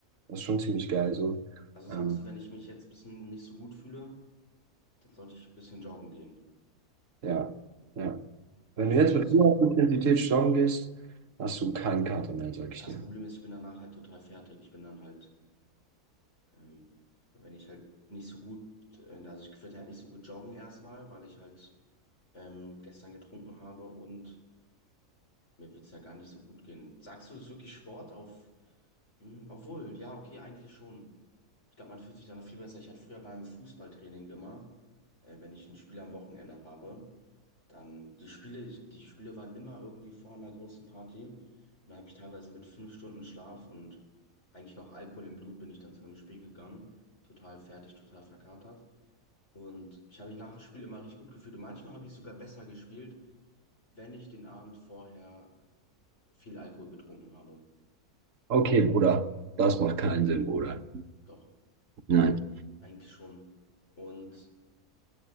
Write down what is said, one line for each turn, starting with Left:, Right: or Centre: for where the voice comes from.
Right: das ist schon ziemlich geil so.
Left: Also sagst
Right: Ähm,
Left: du, wenn ich mich jetzt ein bisschen nicht so gut fühle, dann sollte ich ein bisschen joggen gehen.
Right: ja, ja. Wenn
Left: Ja, Ich
Right: du jetzt
Left: würde sowieso.
Right: mit hoher Intensität joggen gehst, hast du keinen Kater mehr, sag ich
Left: Ja, das
Right: dir.
Left: Problem ist, ich bin danach halt total fertig. Ich bin dann halt, ähm, wenn ich halt nicht so gut, äh, also ich würde halt nicht so gut joggen erstmal, weil ich halt ähm, gestern getrunken habe und mir wird's ja gar nicht so gut gehen. Sagst du, es ist wirklich Sport auf, hm, obwohl, ja, okay, eigentlich schon. Ich glaube, man fühlt sich dann noch viel besser. Ich hatte früher beim Fußballtraining immer, äh, wenn ich ein Spiel am Wochenende habe. Dann die Spiele, die Spiele waren immer irgendwie vor einer großen Party. Und da habe ich teilweise mit fünf Stunden Schlaf und eigentlich noch Alkohol im Blut bin ich dann zu einem Spiel gegangen. Total fertig, total verkatert. Und ich habe mich nach dem Spiel immer richtig gut gefühlt. Und manchmal habe ich sogar besser gespielt, wenn ich den Abend vorher viel Alkohol getrunken habe.
Right: Okay, Bruder, das macht keinen Sinn, Bruder.
Left: Doch,
Right: Nein.
Left: eigentlich schon. Und